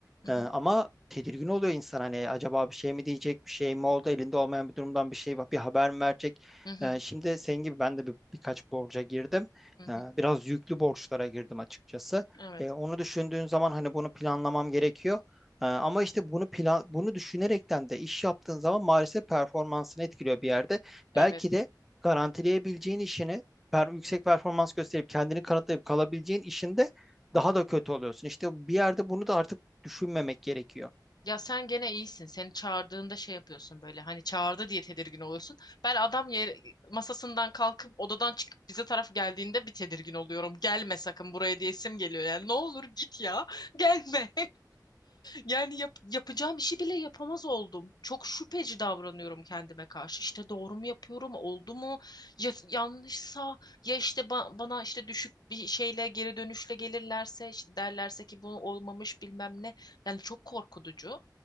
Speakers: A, on the left; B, in the centre.
A: Hı
B: E,
A: hı.
B: ama tedirgin oluyor insan hani acaba bir şey mi diyecek bir şey mi oldu elinde olmayan bir durumdan bir şey var bir haber mi verecek?
A: Hı hı.
B: E, şimdi senin gibi ben de bir, birkaç borca girdim.
A: Hı hı.
B: E, biraz yüklü borçlara girdim açıkçası.
A: Evet.
B: E, onu düşündüğün zaman hani bunu planlamam gerekiyor. E, ama işte bunu plan bunu düşünerekten de iş yaptığın zaman maalesef performansını etkiliyor bir yerde.
A: Evet.
B: Belki de garantileyebileceğin işini per- yüksek performans gösterip kendini kanıtlayıp kalabileceğin işinde daha da kötü oluyorsun. İşte bir yerde bunu da artık düşünmemek gerekiyor.
A: Ya sen gene iyisin. Seni çağırdığında şey yapıyorsun böyle. Hani çağırdı diye tedirgin oluyorsun. Ben adam yer, masasından kalkıp odadan çıkıp bize taraf geldiğinde bir tedirgin oluyorum. Gelme sakın buraya diyesim geliyor yani. Ne olur git ya. <laughs> Gelme. Yani yap- yapacağım işi bile yapamaz oldum. Çok şüpheci davranıyorum kendime karşı. İşte doğru mu yapıyorum, oldu mu? Ya yanlışsa ya işte ba- bana işte düşük bir şeyle geri dönüşle gelirlerse işte derlerse ki bu olmamış bilmem ne. Yani çok korkutucu.